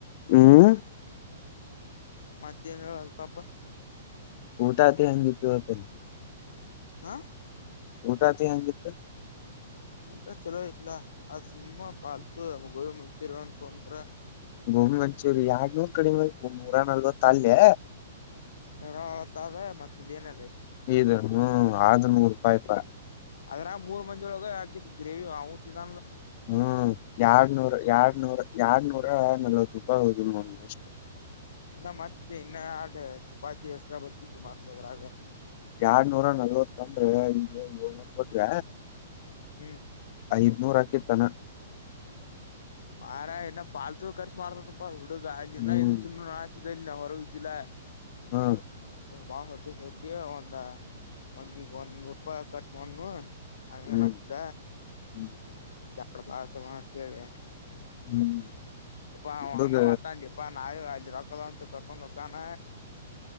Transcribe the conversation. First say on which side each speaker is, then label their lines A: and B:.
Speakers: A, on the left (about 35°); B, on the left (about 80°).
A: ಹ್ಮ್
B: ಮತ್ತ ಹಳ್ತಪ್ಪ
A: ಊಟ ಆತಿ ಹೆಂಗಿತ್ತು ಆತಲ್ಲಿ
B: ಹಾ
A: ಊಟ ಆತಿ ಹೆಂಗಿತ್ತು
B: ಊಟ ಚಲೋ ಇತ್ತಲ್ಲ ಸುಮ್ಮ ಪಾಲ್ತು ಗೋ ಮುತರ ಅಂತ ತಂದ್ರ
A: ಗೋಮಿ ಮಂಚೂರಿ ಎರಡ್ ನೂರ್ ಕಡಿ ಮೇಲ್ ಒ ನೂರ ನಲ್ವ ಅಲ್ೆ
B: ಇವರ ಹೊತ್ತದ ಮತ್ತಏನ
A: ಇ ಹ್ಮ ಆದ ನೂ ರೂಪಾಯಯ್ತಾ
B: ಅದ್ರ ಮೂರ್ ಮಜಿೊಳಗೆ ಹಾಕಿತ್ ಗ್ರೇವಿ ಅವತ್ಿದಲ
A: ಹ್ಮ್ ಎರ್ನೂರ ಎಡ್ನೂರ ಎರ ನೂರ ನಲ್ವತ್ತು ಹೌದು ಮ ಇಷ್ಟ
B: ಇನ್ನ ಮತ್ತೆ ಇನ್ನ ಆಡ ಚಪಾತಿ ಎಷ್ಟ್ರ ಬರ್ತಿದ್ದು ಮತ್ರ ಅದ್ರಾಗ
A: ಎಡ್ನೂರ ನಲ್ವತ್ ಅಂದ್ರೆ ಈಗೆ ಏಳ್ನೂರ್ ಕೊಟ್್ರ
B: ಹ್ಮ್
A: ಐ ನೂರಾಕಿ ತನ
B: ಮಾರ ಇನ್ನ ಪಾಲ್ತು ಕರ್ಸಿ ಮಾಡ್ತದಪ್ಪ ಹುಡುಗ ಅ
A: ಹ್ಮ್
B: ಇ ತಿನ್ನು ಇಲ್ಲ ಹೊರ ಇದ್ದಿಲ್ಲ
A: ಹಾ
B: ಬಾಳ ಹಟ್ಟ ಸೇತಿ ಒಂದ ಮಂದಿಗೆ ಒಂದ್ ನೂರು ರೂಪಾಯಿ ಖರ್ಚು ಮಾಡು ಅಗನಚ್ದ
A: ಹ್ಮ್ ಹ್ಮ್
B: ಬ್ಯಾಡ್ ಬಾರ್ತಮ್ಮಾ ಅಂತೇಳಿ
A: ಹ್ಮ್
B: ಯಪ್ಪ ಅವ
A: ಹುಡುಗ
B: ಹಂಗ ಮಾಡ್ತಾನ್ ಲ್ಯಾಪ್ಪಾ ನಾವು ಅಲ್ಲಿ ರೊಕ್ಕದಾವ್ ಅಂತ ಕರ್ಕೊಂಡ್ ಹಕ್ಕಾನ